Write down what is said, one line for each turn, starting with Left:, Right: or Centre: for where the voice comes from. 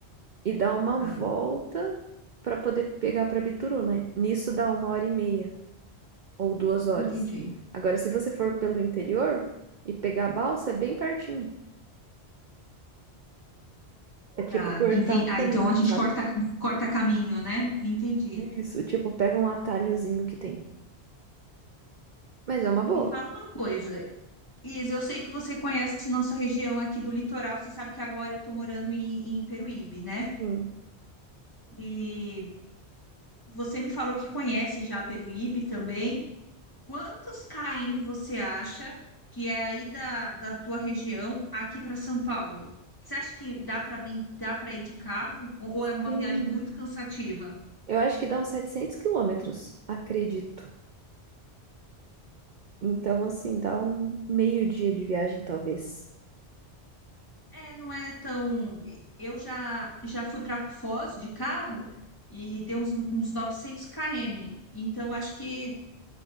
Right: e dar uma
Left: tá.
Right: volta pra poder pegar pra Bituruna. Nisso dá uma hora e meia ou duas horas.
Left: Entendi.
Right: Agora, se você for pelo interior e pegar a balsa, é bem pertinho. É tipo
Left: Tá,
Right: cortar
Left: enten-
Right: um caminho,
Left: Ah, então a gente
Right: sabe?
Left: corta, corta caminho, né? Entendi.
Right: Isso, tipo, pega um atalhozinho que tem. Mas é uma boa.
Left: Me fala uma coisa, Isa, eu sei que você conhece nossa região aqui do litoral, você sabe que agora eu estou morando em, em Peruíbe, né?
Right: Sim.
Left: E você me falou que conhece já Peruíbe também. Quantos km você acha que é aí da, da tua região aqui para São Paulo? Você acha que dá para vir, dá para ir de carro? Ou ou é uma
Right: Sim.
Left: viagem muito cansativa?
Right: Eu acho que dá uns 700 quilômetros, acredito. Então, assim, dá um meio dia de viagem, talvez.
Left: É, não é tão. Eu já já fui para Foz de carro e deu uns, uns 900 km. Então acho que,